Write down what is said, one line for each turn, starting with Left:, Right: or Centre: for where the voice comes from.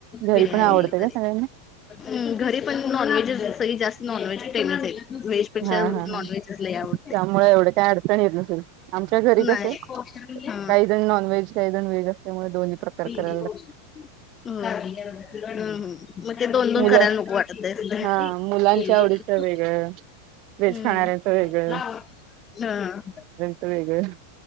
Right: घरी
Left: बिर्याणी
Right: पण आवडते
Left: वगैरे.
Right: का सगळ्यांना
Left: हम्म घरी पण नॉनव्हेज सगळी जास्त नॉनव्हेज प्रेमीच आहे व्हेज वेझ पेक्षा
Right: हा
Left: नॉनव्हेजच
Right: हा हा
Left: लय आवड
Right: त्यामुळे एवढे काय अडचण येत नसेल आमच्या घरी कसं
Left: नाही
Right: काही
Left: हा
Right: काही जण नॉनव्हेज काहीजण व्हेज असल्यामुळे दोन्ही प्रकार
Left: हम्म
Right: करायला लागत
Left: हम्म हम्म. म
Right: मुलं
Left: ते दोन-दोन
Right: हा मुलांच्या
Left: करायला
Right: आवडीचं वेगळं
Left: नको
Right: व्हेज
Left: वाटतेस.
Right: खाणाऱ्यांचं वेगळं
Left: हम्म हा.
Right: तर वेगळं